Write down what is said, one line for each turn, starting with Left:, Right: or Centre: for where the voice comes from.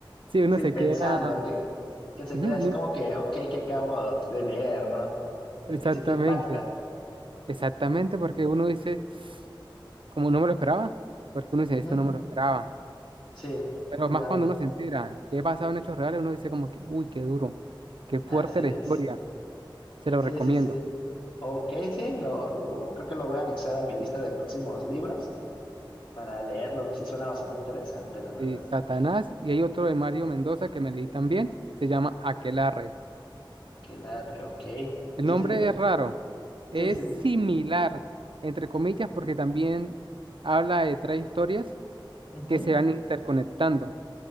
Right: sí, uno
Left: sí,
Right: se
Left: pensando
Right: queda,
Left: que, que se
Right: ujú,
Left: queda
Right: nu-
Left: así como que, ok, que acabo de leer, ¿no?
Right: exactamente,
Left: Que sí te impacta,
Right: exactamente,
Left: ok,
Right: porque uno dice, como no me lo esperaba, porque uno dice,
Left: ujú,
Right: esto no me lo esperaba.
Left: sí,
Right: Pero
Left: sí,
Right: más
Left: da
Right: cuando
Left: uno,
Right: uno se entera que es basado en hechos reales, uno dice como que, uy, qué duro, qué fuerte
Left: así es,
Right: la historia, se lo
Left: sí,
Right: recomiendo.
Left: sí, sí. Ok, sí, lo, lo- creo que lo voy a anexar a mi lista de próximos libros para leerlo. Sí, suena bastante interesante, la verdad.
Right: Eh, Satanás y hay otro de Mario Mendoza que me leí también, se llama Aquelarre.
Left: Aquelarre, ok.
Right: El
Left: Y
Right: nombre
Left: ese de...
Right: es raro, es
Left: Sí, sí.
Right: similar,
Left: sí.
Right: entre comillas, porque también habla de tres historias
Left: Ujú,
Right: que se van interconectando,